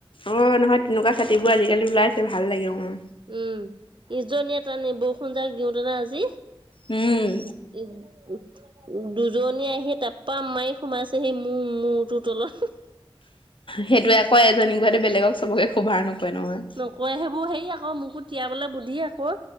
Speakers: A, on the left; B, on the right.
A: অঁ নহয় তেনেকুৱা ছাতিবোৰ আজিকালি ওলাইছে ভাল লাগে অঁহ।
B: উম ইজনীয়ে তানে বৰষুণ যাক দিওঁতোনে আজি।
A: উম
B: উ <unintelligible> দুজনী আহি টেপা মাৰি সোমাইছেহি মোৰ মূৰটোৰ তলত।
A: সেইটোৱে কয় এজনী গাহতে বেলেগক চবকে সোভা নকৰে নহয়।
B: নকোৱে সেইবোৰ হেই আকৌ মোকো তিয়াবলে বুধি আকৌ।